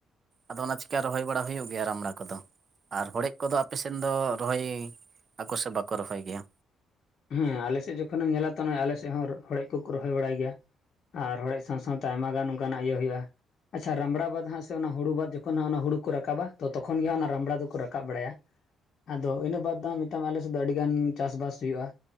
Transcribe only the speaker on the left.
ᱦᱮᱸ, ᱟᱞᱮ ᱥᱮᱫ ᱡᱮᱠᱷᱚᱱᱮᱢ ᱧᱮᱞ ᱟᱛᱚ ᱟᱞᱮ ᱥᱮᱫ ᱦᱚᱸ ᱦᱚᱲᱮᱡ ᱠᱚᱠᱚ ᱨᱚᱦᱚᱭ ᱵᱟᱲᱟᱭ ᱜᱮᱭᱟ᱾ ᱟᱨ ᱨᱚᱦᱚᱭ ᱥᱟᱶ ᱥᱟᱶᱛᱮ ᱟᱭᱢᱟ ᱜᱟᱱ ᱚᱱᱠᱟᱱᱟᱜ ᱤᱭᱟᱹ ᱦᱳᱭᱳᱜᱼᱟ᱾ ᱟᱪᱪᱷᱟ, ᱨᱟᱢᱲᱟ ᱵᱟᱫᱽ ᱦᱟᱸᱜ ᱥᱮ ᱚᱱᱟ ᱦᱩᱲᱩ ᱵᱟᱫᱽ ᱡᱚᱠᱷᱚᱱ ᱦᱟᱸᱜ ᱚᱱᱟ ᱦᱩᱲᱩ ᱠᱚ ᱨᱟᱠᱟᱵ-ᱟ ᱛᱚ ᱛᱚᱠᱷᱚᱱ ᱜᱮ ᱚᱱᱟ ᱦᱟᱸᱜ ᱨᱟᱢᱲᱟ ᱫᱚᱠᱚ ᱨᱟᱠᱟᱵ ᱵᱟᱲᱟᱭᱟ᱾ ᱟᱫᱚ ᱤᱱᱟᱹ ᱵᱟᱫᱽ ᱫᱚ ᱢᱮᱛᱟᱢ ᱟᱞᱮ ᱥᱮᱫ ᱫᱚ ᱟᱹᱰᱤ ᱜᱟᱱ ᱪᱟᱥᱵᱟᱥ ᱦᱩᱭᱩᱜᱼᱟ᱾